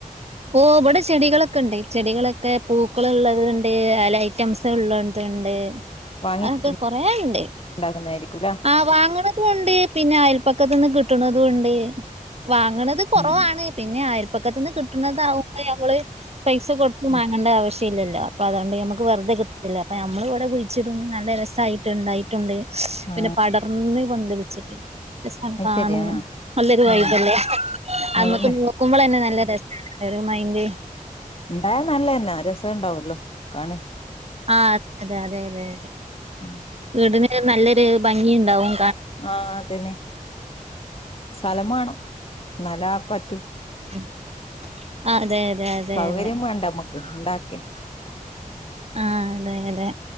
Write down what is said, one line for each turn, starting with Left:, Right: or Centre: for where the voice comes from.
Right: ഓ ഇവിടെ ചെടികളൊക്ക്‌ണ്ട് ചെടികളൊക്കെ പൂക്കളുള്ളത്ണ്ട് എല ഐറ്റം രസുള്ളത്ണ്ട്
Left: വാങ്ങിട്ട്
Right: അതൊക്കെ കൊറേയ്ണ്ട്
Left: ഉണ്ടാക്കുന്നതായിരിക്കുംല്ലേ
Right: ആ വാങ്ങ്ണതുണ്ട് പിന്നെ അയൽപക്കത്ത്ന്ന് കിട്ട്ണതുണ്ട്. വാങ്ങ്ണത് കൊറവാണ്
Left: ഉം
Right: പിന്നെ അയൽപ്പക്കത്ത്ന്ന് കിട്ട് വുമ്പ നമ്മള് പൈസ കൊടുത്തും
Left: ഉം
Right: വാങ്ങണ്ട ആവശ്യ ശ്യില്ലല്ലോ അപ്പതുകൊണ്ട് നമുക്ക്‌ വെറുതെ കിട്ട്ണില്ലേ അപ്പ നമ്മളിവിടെ കുഴിച്ചിടും നല്ല രസായിട്ട്ണ്ടായി ട്ടുണ്ട് പിന്നെ
Left: ആഹ്
Right: പടർന്ന് പന്തലിച്ചിട്ട്ണ്ട്. <unintelligible>
Left: അത് ശരി ആഹ്
Right: നല്ലൊരു വൈബല്ലേ
Left: ആഹ്
Right: അന്നത്തെ
Left: അതന്നെ
Right: മൂ ക്കുമ്പളെന്നെ നല്ല രസായിരിക്കുംലൊരു മൈന്റ്
Left: ഇണ്ടായാ നല്ലെന്നെ രസണ്ടാവല്ലോ കാണാൻ
Right: ആഹ് അതെ അതെതെതെതെ
Left: ഉം
Right: വീടിന് നല്ലൊരു ഭംഗിയ ഉണ്ടാവും
Left: ആഹ് അതന്നെ സ്ഥലമാണോ ന്നല പറ്റൂ
Right: ഉം ആ അതെ അതെ അതെ
Left: സൗകര്യം
Right: അതെ
Left: വേണ്ട മ്മുക്ക് ഉണ്ടാക്കെ
Right: ആഹ് അതെ അതെ